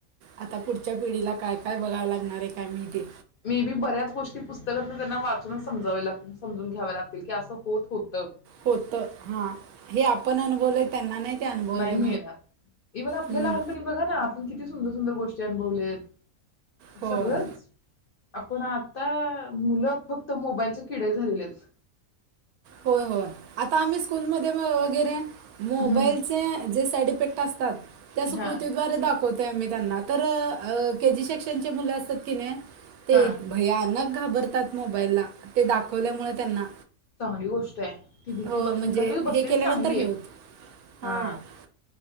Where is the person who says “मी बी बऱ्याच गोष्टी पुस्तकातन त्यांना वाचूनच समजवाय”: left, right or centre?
Left